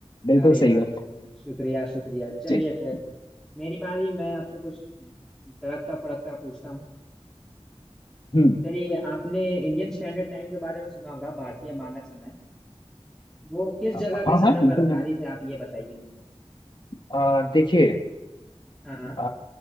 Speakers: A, on the left; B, in the centre.
A: बिल्कुल
B: अरे भाई
A: सही हो
B: शुक्रिया शुक्रिया चलिए
A: चलिए
B: फिर मेरी बारी मैं आपसे कुछ तड़कता फड़कता पूछता हूँ
A: हम्म
B: चलिए आपने इंडियन स्टैंडर्ड टाइम के बारे में सुना होगा भारतीय मानक समय वो किस
A: अ,
B: जगह
A: हाँ
B: के
A: हाँ
B: समय
A: बिल्कुल
B: पर आधारित
A: मैं
B: है आप ये बताइए मुझे
A: अ, देखिए
B: हाँ हाँ
A: अ,